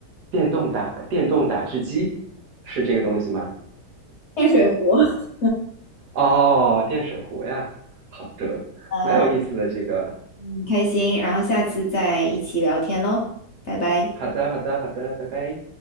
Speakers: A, on the right; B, on the left.
A: 电动打电动打汁机是这个东西吗？
B: 电水壶。<laughs>
A: 哦，电水壶呀，好的，
B: 呃，
A: 蛮有意思的这个。
B: 很开心，然后下次再一起聊天喽，拜拜。
A: 好的，好的，好的，拜拜。